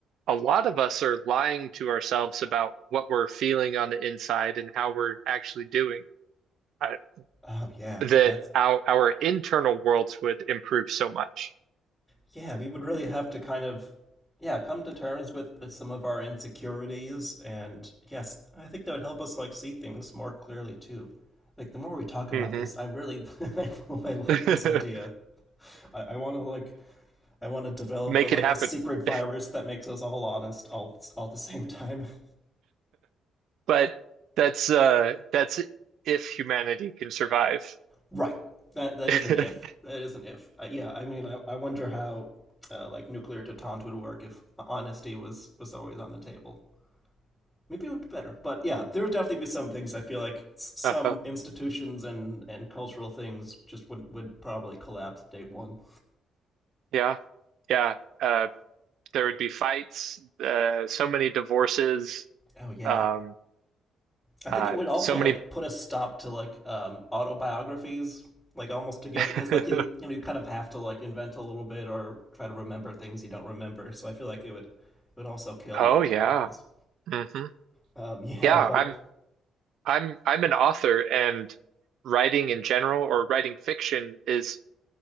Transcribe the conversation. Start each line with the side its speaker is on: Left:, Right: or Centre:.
Right: a lot of us are lying to ourselves about what we're feeling on the inside and how we're actually doing. I,
Centre: Oh yeah,
Right: that
Centre: that's
Right: our, our internal worlds would improve so much.
Centre: yeah, we would really have to kind of yeah, come to terms with with some of our insecurities and yes, I think that would help us like see things more clearly too. Like the more we talk about
Right: hmm
Centre: this, I really <laughs> I really
Right: <laughs>
Centre: like this idea. I, I want to like I want to develop
Right: Make
Centre: a, like
Right: it happen.
Centre: a secret
Right: <laughs>
Centre: virus that makes us all honest all all at the same time. <laughs>
Right: But that's, uh, that's if humanity can survive.
Centre: Right. That that
Right: <laughs>
Centre: is an if. That is an if. Uh, yeah. I mean, I, I wonder how uh, like nuclear detente would work if honesty was was always on the table. maybe it would be better. But yeah, there would definitely be some things I feel like some
Right: Uh-huh.
Centre: institutions and and cultural things just would would probably collapse day one.
Right: Yeah. Yeah. Uh, there would be fights, uh, so many divorces,
Centre: Oh yeah,
Right: um,
Centre: I think
Right: uh,
Centre: it would also
Right: so many.
Centre: like put a stop to like um, autobiographies like almost together
Right: <laughs>
Centre: because like you you know you kind of have to like invent a little bit or try to remember things you don't remember. So I feel like it would it would also kill autobiographies.
Right: Oh yeah, hmm
Centre: Um, <laughs> yeah,
Right: yeah.
Centre: but
Right: I'm I'm I'm an author, and writing in general or writing fiction is